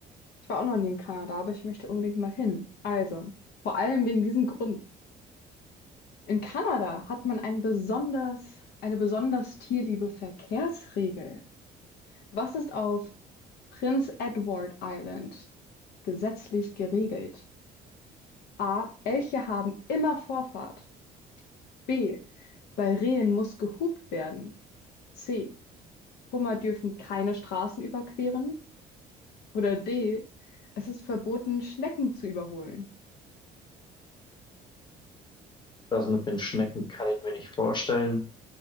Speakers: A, on the left (about 70°); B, on the left (about 25°).
A: Ich war auch noch nie in Kanada, aber ich möchte unbedingt mal hin. Also, vor allem wegen diesem Grund. In Kanada hat man ein besonders, eine besonders tierliebe Verkehrsregel. Was ist auf Prince Edward Island gesetzlich geregelt? A. Elche haben immer Vorfahrt. B. Bei Rehen muss gehupt werden. C. Hummer dürfen keine Straßen überqueren. Oder D. Es ist verboten, Schnecken zu überholen.
B: Das mit den Schnecken kann ich mir nicht vorstellen.